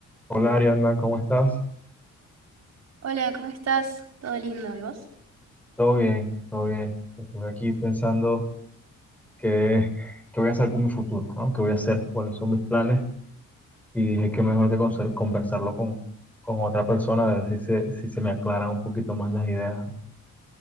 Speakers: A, in the centre; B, on the right.
A: Hola Ariadna, ¿cómo estás?
B: Hola, ¿cómo estás? ¿Todo lindo? ¿Y vos?
A: Todo bien, todo bien. Estuve aquí pensando qué, qué voy a hacer con mi futuro, ¿no? ¿Qué voy a hacer? ¿Cuáles son mis planes? Y dije que mejor que conser- conversarlo con, con otra persona, a ver si se, si se me aclaran un poquito más las ideas.